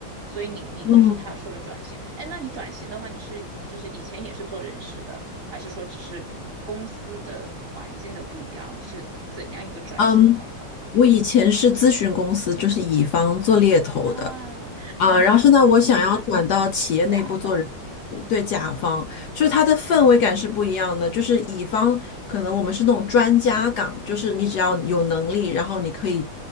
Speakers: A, on the right (about 40°); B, on the left (about 70°).
A: 所以你你就是他说的转型，
B: 嗯
A: 哎，那你转型的话，你是就是以前也是做人事的，还是说只是公司的环境的不一样，是怎样一个转型的方法呢？
B: 嗯，我以前是咨询公司，就是乙方做猎头的
A: 啊，
B: 啊，呃然后现在我想要转到企业内部做人事对甲方，
A: 甲方，
B: 就是它的氛围感是不一样的。
A: 嗯
B: 就是乙方可能我们是那种专家岗，就是你只要有能力，然后你可以